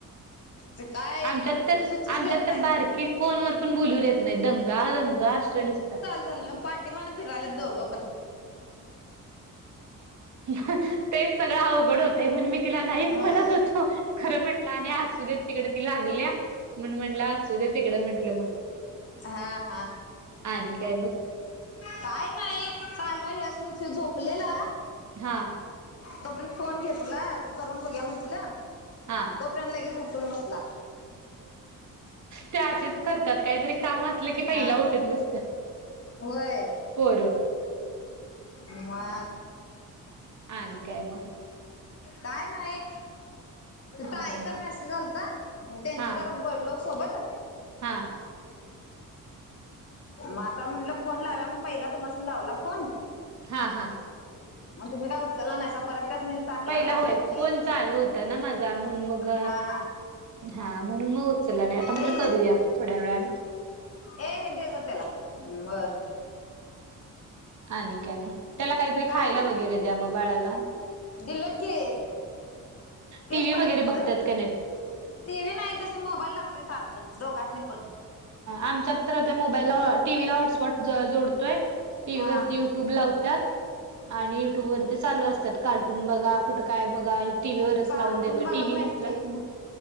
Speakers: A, on the left (about 45°); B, on the right (about 60°).
A: ते काय
B: आमच्यात तर,
A: सुचच
B: आमच्यात
A: देत नाहीत.
B: तर, बारकी फोनवर पण बोलू देत नाहीत. दंगा दंगा, दंगा असतोय नुसता.
A: चलन, पाठीमागन फिराल्यात दोघेपण.
B: तेच, सगळं अवघड होतंय म्हणून, मीतिला नाहीच
A: होय.
B: म्हणत होतो. खरं म्हटलं, आणि असू देत, तिकड ती लागल्या, म्हणून म्हटलं असू दे तिकडं म्हटलं मग.
A: हा, हा,
B: आणि काय मग
A: काय. थांबा, यासनीच ह्यो झोपलेला.
B: हा,
A: तोपर्यंत फोन घेतला, करून बघुया म्हटलं.
B: हा.
A: तोपर्यंत, लगेच उठून बसला.
B: त्या, अशीच करतात काहीतरी काम, असलं की पहिला
A: हा
B: उठून बसत्यात,
A: होय
B: पोरं.
A: मग,
B: आणि काय म?
A: काय नाही.
B: हा
A: ताईंचा
B: हा
A: मेसेज आलाता, मग त्यांच्या
B: हा
A: जरा बोललो सोबत.
B: हा,
A: म आता म्हटलं फोन लावुया, मग पहिला तुमास्नी लावला, फोन.
B: हा, हा.
A: मग, तुम्ही काय उचला नाहीसा, परत त्यासनी टाकला
B: पहिला
A: मेसेज
B: होय,
A: मी
B: फोन चालू होता ना माझा, म्हणून मग,
A: हा हा
B: हा म्हणून मग ऊच उचलला नाही आता म्हटलं
A: ए
B: करूया, आत्ता थोड्या वेळानं.
A: ये हे देजातेला, हम्म बर.
B: आणि काय मग, त्याला काहीतरी
A: काय
B: खायला
A: नाही
B: वगैरे द्या, मग बाळाला.
A: दिलो की, तेच
B: टी व्ही
A: पाहिजे
B: वगैरे
A: होतं.
B: बघतात का नाहीत?
A: टी, व्ही नाही, त्यासनी मोबाईल लागतोय सारखं, दोघासनी पण.
B: आमच्यात तर, मोबाईलला टी व्ही ला हॉसस्पॉट जोडतोय टीव्ही
A: हा
B: वरती यु युट्यूब लावत्यात, आणि युट्यूब वरती चालू असत्यात, कार्टून बघा कुठं काय बघा,
A: ती
B: टीव्ही वरच
A: कार्टून
B: लावून देतो,
A: बघत
B: टीव्ही
A: नाही
B: नसला
A: ती
B: कि मग.